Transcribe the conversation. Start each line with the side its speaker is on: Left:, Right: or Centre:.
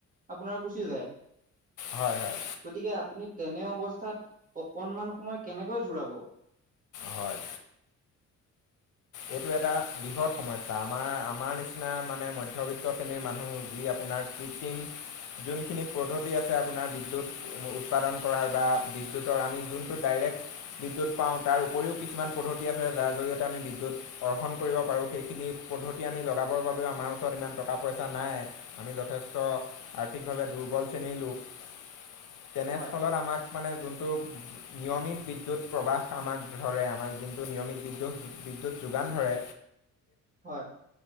Right: আপোনাৰ গো কি যায়,
Left: হয় হয়
Right: গতিকে আপুনি তেনে অৱস্থাত অকনমান সময় কেনে কৈ জোৰাব?
Left: হয়। এইটো এটা বৃহৎ সমস্যা আমাৰ আমাৰ নিচিনা মানে মধ্যবিত্ত শ্ৰেণীৰ মানুহ, যি আপোনাৰ কৃত্ৰিম। যোনখিনি পদ্ধতি আছে আপোনাৰ বিদ্যুৎ উৎপাদন কৰাৰ বা বিদ্যুতৰ আমি যোনটো ডাইৰেক্ট বিদ্যুৎ পাওঁ তাৰ উপৰিও কিছুমান পদ্ধতি আছে যাৰ জৰিয়তে আমি বিদ্যুৎ অৰ্জন কৰিব পাৰোঁ, সেইখিনি পদ্ধতি আমি লগাবৰ বাবেও আমাৰ ওচৰত ইমান টকা-পইচা নাই। আমি যথেষ্ট আৰ্থিকভাৱে দুৰ্বল শ্ৰেণীৰ লোক।
Right: <unintelligible>
Left: তেনেস্থলত
Right: হয়
Left: আমাক মানে যোনটো নিয়মিত বিদ্যুৎ প্ৰবাহ আমাক ধৰে আমাক যোনটো নিয়মিত বিদ্যুৎ বিদ্যুত যোগান ধৰে,
Right: হয়।